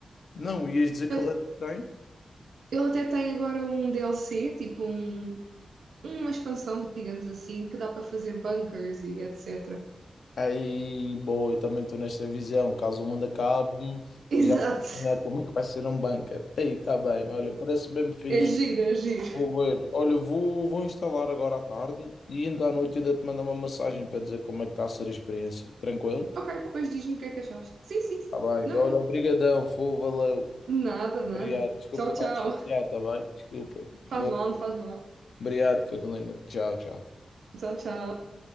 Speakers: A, on the left (about 70°); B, on the right (about 85°).
A: Não, ias dizer
B: Eu-
A: que ele é que tem.
B: Ele até tem agora um DLC, tipo um- uma expansão, digamos assim, que dá para fazer bunkers e etc.
A: Aí, boa, eu também estou nesta visão. Caso o mundo acabe,
B: <laughs> Exato.
A: eu já vou planear como é que vai ser um bunker. Aí, tá bem. Olha, parece bem fixe.
B: É giro, é giro.
A: Vou ver. Olha, vou, vou instalar agora à tarde e ainda à noite ainda te mando uma mensagem para dizer como é que está a ser a experiência. Tranquilo?
B: Ok, depois diz-me o que é que achaste. Sim, sim, sim.
A: Tá bem.
B: Na
A: Olha,
B: boa.
A: obrigadão, foi, valeu.
B: Nada, nada.
A: Obrigado. Desculpa
B: Tchau,
A: estar
B: tchau.
A: chateado, tá bem? Desculpa.
B: Faz
A: Valeu.
B: mal, não faz mal.
A: Obrigado, Carolina. Tchau, tchau.
B: Tchau, tchau.